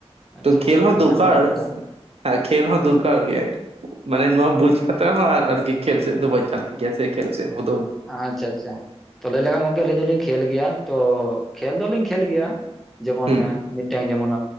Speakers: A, in the centre; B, on the right (about 65°).
A: ᱟᱪᱪᱷᱟ
B: ᱛᱚ ᱠᱷᱮᱞ
A: ᱟᱪᱪᱷᱟ
B: ᱦᱚᱸ
A: ᱟᱹᱰᱤ
B: ᱫᱚᱨᱠᱟᱨ
A: ᱱᱟᱯᱟᱭ ᱠᱟᱛᱷᱟ
B: ᱦᱮᱸ ᱠᱷᱮᱞ ᱦᱚᱸ ᱫᱚᱨᱠᱟᱨ ᱜᱮ ᱢᱟᱱᱮ ᱱᱚᱣᱟ ᱵᱩᱡᱽ ᱠᱟᱛᱮ ᱦᱚᱸ ᱟᱨᱠᱤ ᱠᱷᱮᱞ ᱥᱮᱫ ᱫᱚ ᱵᱟᱹᱧ ᱪᱟᱞᱟᱜ ᱜᱮᱭᱟ <unintelligible> ᱠᱷᱮᱞ ᱥᱮ ᱦᱚᱸ ᱫᱚᱼᱼ
A: ᱟᱻᱪᱪᱷᱟ ᱟᱪᱪᱷᱟ, ᱛᱚ, ᱞᱟᱹᱭ ᱞᱮᱠᱷᱟᱡ ᱜᱚᱢᱠᱮ, ᱟᱹᱞᱤᱧ ᱫᱚᱞᱤᱧ ᱠᱷᱮᱞ ᱜᱮᱭᱟ, ᱛᱚ, ᱠᱷᱮᱞ ᱫᱚᱞᱤᱧ ᱠᱷᱹᱮᱞ ᱜᱮᱭᱟ, ᱡᱮᱢᱚᱱ
B: ᱜᱮᱭᱟ ᱦᱩᱸ
A: ᱢᱤᱫᱴᱮᱱ, ᱡᱮᱢᱚᱱ